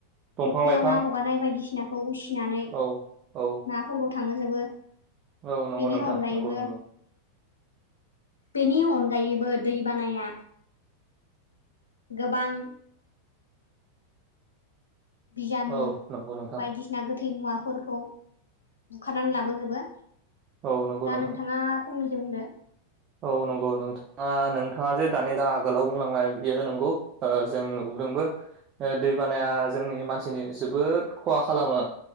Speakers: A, on the right; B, on the left.
A: दंफां
B: फुख्रियाव
A: लाइफां
B: ना ह हगारनाय बायदिसिनाखौ उसिनानै
A: औ औ
B: फोरफोरखौ थांहोजोबो
A: औ नंगौ
B: बेनि
A: नोंथां
B: अनगायैबो
A: नंगौ नंगौ
B: बेनि अनगायैबो दै बानाया गोबां बिजानु
A: औ नंगौ नोंथां
B: बायदि सिना गोथै मुवाफोरखौ बुखारनानै लाबोजोबो
A: औ नंगौ
B: दा
A: नोंथां
B: नोंथाङा फंनैसो बुंदो
A: औ नंगौ नों थाङा नोंथाङा जे दानि जा आगोलाव बुंलांबाय बियो नंगौ ओ जों नुबोदोंबो ओ दै बानाया जोंनि मानसिनि जोबोद खहा खालामो